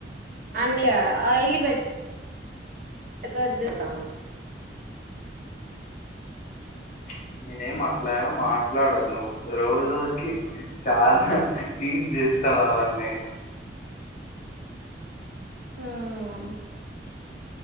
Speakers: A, on the right (about 50°); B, on the left (about 45°).
A: అన్య ఆయిల్ బెట్ట్ పెట్టుకోవద్దు దిరుగుత మరి
B: <inaudible> నేనేం మాట్లాడ మాట్లాడాను నువ్వు రోజు రోజుకి చాలా టీజ్ చే కలాలన్నే
A: ఉమ్